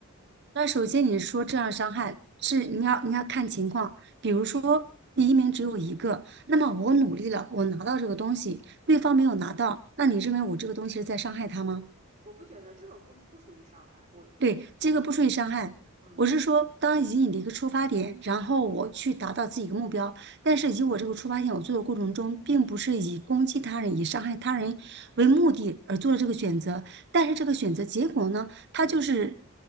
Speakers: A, on the right; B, on the right.
A: 那首先你说这样伤害是你要你要看情况，比如说第一名只有一个，那么我努力了，我拿到这个东西，对方没有拿到，那你认为我这个东西是在伤害他吗？
B: 我不觉得这种不不属于伤害，我我我不认为，
A: 对，这个不属于伤害。
B: 嗯。
A: 我是说，当以你的一个出发点，然后我去达到自己一个目标，但是以我这个出发点，我做的过程中，并不是以攻击他人、以伤害他人为目的而做了这个选择，但是这个选择结果呢，它就是